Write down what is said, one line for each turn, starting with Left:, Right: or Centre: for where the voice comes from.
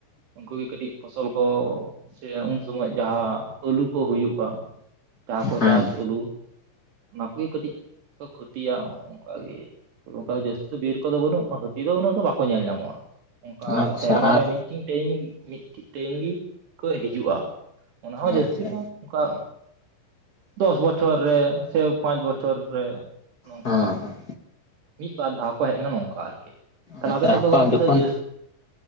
Right: ᱩᱱᱠᱩ ᱜᱮ ᱠᱟᱹᱴᱤᱡ ᱯᱷᱚᱥᱚᱞ ᱠᱚ ᱥᱮ ᱩᱱ ᱥᱚᱢᱚᱭ ᱡᱟᱦᱟᱸ ᱟᱹᱞᱩ ᱠᱚ ᱦᱩᱭᱩᱜᱼᱟ ᱡᱟᱦᱟᱸ ᱠᱚ
Left: ᱦᱮᱸ
Right: ᱪᱟᱥ ᱟᱹᱞᱩ ᱱᱟᱯᱮ ᱠᱟᱹᱴᱤᱡ ᱠᱚ ᱠᱷᱚᱛᱤᱭᱟ ᱚᱱᱠᱟ ᱜᱮ᱾ ᱚᱱᱠᱟ ᱡᱟᱹᱥᱛᱤ ᱫᱚ ᱵᱤᱨ ᱠᱚᱫᱚ ᱵᱟᱹᱱᱩᱜ ᱦᱟᱹᱛᱤ ᱫᱚ ᱩᱱᱟᱹᱜ ᱫᱚ ᱵᱟᱠᱚ ᱧᱮᱞ ᱧᱟᱢᱚᱜᱼᱟ᱾ ᱚᱱᱠᱟ
Left: ᱟᱪᱪᱷᱟ
Right: ᱥᱮᱨᱢᱮ
Left: ᱟᱨ
Right: ᱨᱮ ᱢᱤᱫᱴᱤᱱ ᱴᱟᱭᱤᱢ ᱜᱤ ᱢᱤᱫᱴᱤᱡ ᱴᱟᱭᱤᱢ ᱜᱤ ᱠᱚ ᱦᱤᱡᱩᱜᱼᱟ᱾ ᱚᱱᱟ ᱦᱚᱸ ᱡᱟᱹᱥᱛᱤ
Left: ᱟᱪᱪᱷᱟ
Right: ᱠᱟᱢ ᱚᱱᱠᱟ ᱫᱚᱥ ᱵᱚᱪ ᱵᱚᱪᱷᱚᱨ ᱨᱮ ᱥᱮ ᱯᱟᱸᱪ ᱵᱚᱪᱷᱚᱨ ᱨᱮ ᱱᱚᱝᱠᱟ
Left: ᱦᱮᱸ ᱦᱮᱸ
Right: ᱢᱤᱫ ᱵᱟᱨ ᱫᱷᱟᱣ ᱠᱚ ᱦᱮᱡ ᱞᱮᱱᱟ ᱱᱚᱝᱠᱟ ᱟᱨᱠᱤ ᱛᱟᱦᱞᱮ
Left: ᱟᱪᱪᱷᱟ
Right: ᱟᱯᱮ ᱥᱮᱫ ᱫᱚ
Left: ᱚᱠᱟ
Right: ᱜᱚᱢᱠᱮ
Left: ᱡᱚᱠᱷᱚᱱ
Right: ᱫᱚ ᱡᱟᱹᱥᱛᱤ